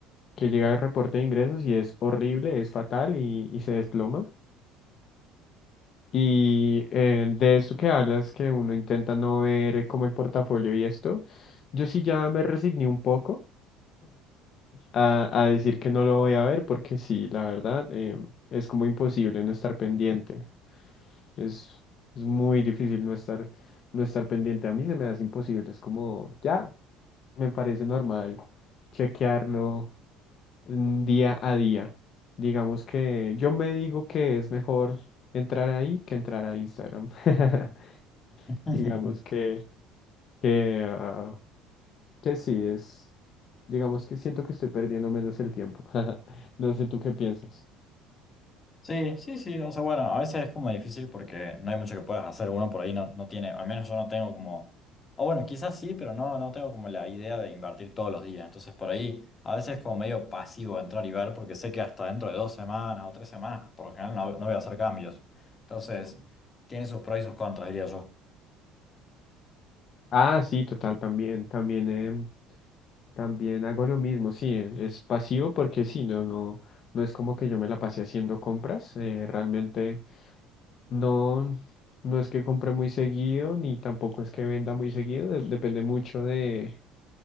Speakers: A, on the left (about 45°); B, on the left (about 30°).
A: que llega el reporte de ingresos y es horrible, es fatal y, y se desploma. Y eh, de esto que hablas, que uno intenta no ver eh, como el portafolio y esto, yo sí ya me resigné un poco a, a decir que no lo voy a ver porque sí, la verdad, eh, es como imposible no estar pendiente. Es, es muy difícil no estar, no estar pendiente. A mí se me hace imposible. Es como, ya, me parece normal chequearlo mm, día a día. Digamos que yo me digo que es mejor entrar ahí que entrar a Instagram. <laughs>
B: <laughs>
A: Digamos que, que, ah, que sí, es, digamos que siento que estoy perdiendo menos el tiempo. <laughs> No sé tú qué piensas.
B: Sí, sí, sí, o sea, bueno, a veces es como difícil porque no hay mucho que puedas hacer, uno por ahí no, no tiene, al menos yo no tengo como, o bueno, quizás sí, pero no, no tengo como la idea de invertir todos los días, entonces por ahí a veces es como medio pasivo entrar y ver porque sé que hasta dentro de dos semanas o tres semanas, por lo general no, no voy a hacer cambios, entonces tiene sus pros y sus contras, diría yo.
A: Ah, sí, total, también, también. em, También hago lo mismo, sí, es pasivo porque sí, no, no, no es como que yo me la pasé haciendo compras, eh, realmente no, no es que compre muy seguido, ni tampoco es que venda muy seguido, de- depende mucho de,